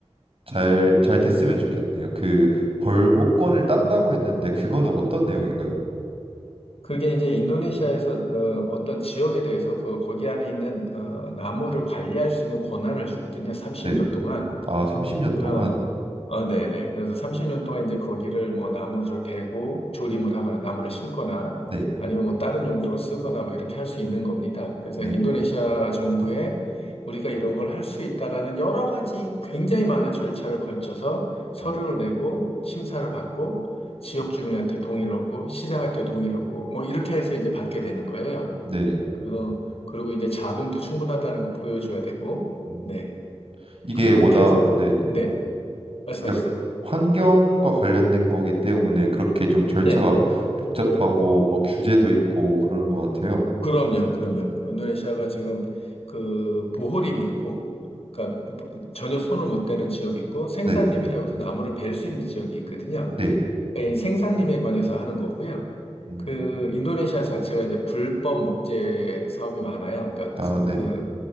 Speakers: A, on the right; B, on the left.
A: 잘, 잘 됐으면 좋겠네요. 그 벌목권을 딴다고 했는데 그거는 어떤 내용인가요?
B: 그게 이제 인도네시아에서 어, 떤 지역에 대해서 그, 거기 안에 있는 어, 나무를 관리할 수 있는 권한을 주거든요. 30년
A: 네.
B: 동안.
A: 아, 30년
B: 그,
A: 동안.
B: 어, 네네. 그래서 30년 동안 이제 거기를 뭐 나무를 베고 조림을 하거나 나무를 심거나
A: 네.
B: 아니면 뭐 다른 용도로 쓰거나 뭐 이렇게 할 수 있는 겁니다. 그래서
A: 네.
B: 인도네시아 정부에 우리가 이런 걸 할 수 있다라는 여러 가지 굉장히 많은 절차를 거쳐서 서류를
A: 음,
B: 내고 심사를 받고 지역 주민한테 동의를 얻고 시장한테 동의를 얻고 뭐 이렇게 해서 이제 받게 되는 거예요.
A: 아, 네네.
B: 그, 그리고 이제 자금도 충분하다는 거 보여줘야 되고
A: 음,
B: 네.
A: 이게
B: 그렇게
A: 워낙
B: 해서 뭐-
A: 네.
B: 네. 말씀하시죠.
A: 약 환경과 관련된 거기 때문에 그렇게 좀 절차가
B: 네.
A: 복잡하고 뭔가 규제도 있고 그러는 것 같아요.
B: 그럼요, 그럼요. 인도네시아가 지금 그 보호림이 있고, 그러니까 전혀 손을 못 대는 지역이 있고, 생산림이라고
A: 네,
B: 해서 나무를 벨 수 있는 지역이 있거든요.
A: 네,
B: 그러니까 이 생산림에 관해서 하는 거고요.
A: 음,
B: 그 인도네시아 자체가 이제 불법 목재 사업이 많아요. 그러니까
A: 아, 네네,
B: 어,